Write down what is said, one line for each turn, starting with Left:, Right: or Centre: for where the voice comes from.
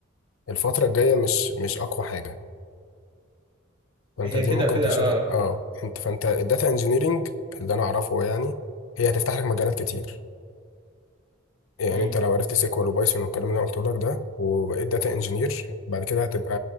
Left: الفتره الجايه مش مش اقوى حاجه فانت
Right: هي
Left: دي
Right: كده
Left: ممكن
Right: كده
Left: تشيلها
Right: اه
Left: اه انت فانت الداتا انجينيرنج اللي انا اعرفه يعني هي هتفتح لك مجالات كتير يعني
Right: امم
Left: انت لو عرفت سيكوال وبايثون والكلام اللي انا قلته لك ده وبقيت داتا انجينير بعد كده هتبقى